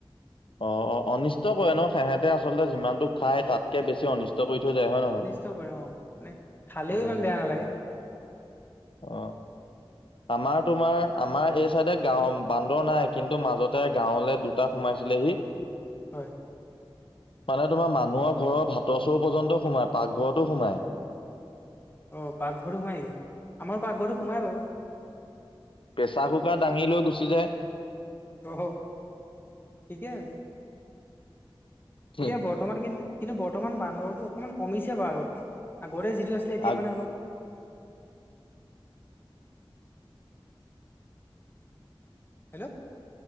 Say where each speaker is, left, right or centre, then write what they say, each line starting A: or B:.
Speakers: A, on the left; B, on the left.
A: অ অ অনিষ্ট কৰে ন সেহঁতে আচলতে সিমানতো খাই, তাতকে বেছি অনিষ্ট কৰি থৈ যায় হয় নহয়?
B: অনিষ্ট কৰে অ, মানে খালেও
A: উম
B: ইমান বেয়া নালাগে।
A: অ। আমাৰ তোমাৰ আমাৰ এই চাইডে গাও বান্দৰ নাই কিন্তু, মাজতে গাঁৱলে দুটা সোমাইছিলেহি।
B: হয়।
A: মানে তোমাৰ মানুহৰ ঘৰৰ ভাতৰ চৰু পৰ্যন্ত সোমায়, পাকঘৰতো সোমায়।
B: অ পাকঘৰটো সোমাই নেকি? আমাৰ পাকঘৰটো সোমাই বাৰু।
A: প্ৰেছাৰ কুকাৰ দাঙি লৈ গুচি যায়।
B: অ' হ' ঠিকে আছে।
A: হুম,
B: এতিয়া ব বৰ্তমান কিন্ত, কিন্তু বৰ্তমান বান্দৰৰতটো অকণমান কমিছে বাৰু আগতকে। আগতে যিটো আছিলে এতিয়া
A: আগ
B: মানে অলপ হেল্ল'।